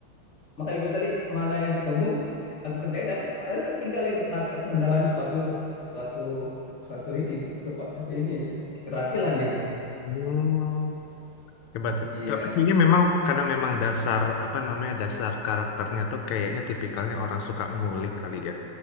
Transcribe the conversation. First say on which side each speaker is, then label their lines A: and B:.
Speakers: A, on the left; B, on the left.
A: makanya gue tadi mana yang ketemu aku kerjain tapi nanti aku tinggalin nggak sampai aku mendalami suatu suatu suatu ini ke, ke ini keterampilan gitu
B: Hmm. Hebat ya.
A: iya
B: Tapi kayaknya memang karena memang dasar apa namanya dasar karakternya tuh kayaknya tipikalnya orang suka ngulik kali ya.